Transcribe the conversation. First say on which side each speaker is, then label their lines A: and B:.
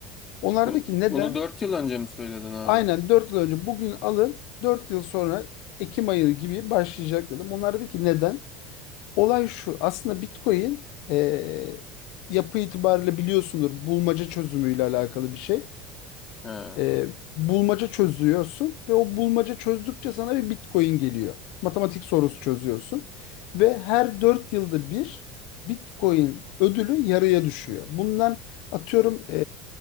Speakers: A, on the left (about 55°); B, on the left (about 20°).
A: Onlardaki
B: Bunu, bunu
A: neden?
B: 4 yıl önce mi söyledin abi?
A: Aynen 4 yıl önce bugün alın 4 yıl sonra Ekim ayı gibi başlayacak dedim. Onlardaki neden? Olay şu aslında Bitcoin eee, yapı itibariyle biliyorsundur bulmaca çözümüyle alakalı bir şey
B: He.
A: e, bulmaca çözüyorsun ve o bulmaca çözdükçe sana bir Bitcoin geliyor. Matematik sorusu çözüyorsun ve her 4 yılda bir Bitcoin ödülü yarıya düşüyor. Bundan atıyorum e,